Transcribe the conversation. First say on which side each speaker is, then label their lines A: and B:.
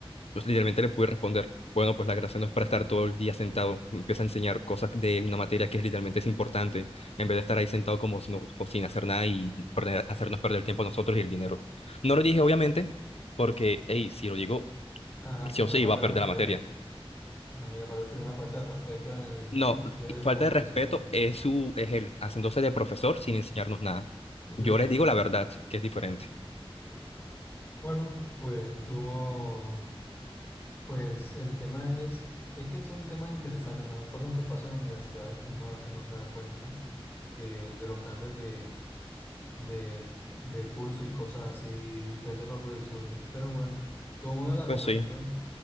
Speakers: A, on the left (about 80°); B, on the left (about 20°).
A: Entonces, literalmente le pude responder, bueno, pues la gracia no es para estar todo el día sentado. Me Empieza a enseñar cosas de una materia que es literalmente es importante, en vez de estar ahí sentado como si no- como sin hacer nada y perder- hacernos perder el tiempo a nosotros y el dinero. No lo dije, obviamente, porque, hey, si lo digo,
B: Ajá, sería
A: sí o
B: una
A: sí
B: falta
A: iba a
B: de
A: perder
B: respeto.
A: la materia.
B: Ajá, y aparte sería una falta de respeto en el
A: No,
B: sentido de como
A: falta
B: profesional.
A: de respeto es su, es él, haciéndose de profesor sin enseñarnos nada.
B: Ok,
A: Yo
B: entiendo.
A: les digo la verdad, que es diferente.
B: Bueno, pues tú, pues el tema es, es que son temas interesantes, o sea, son cosas que pasan en universidades que uno a veces no se da cuenta que de los cambios de de, de curso y cosas así, diferencias con los profesores. Pero bueno, estuvo buena la conversación,
A: Pues sí,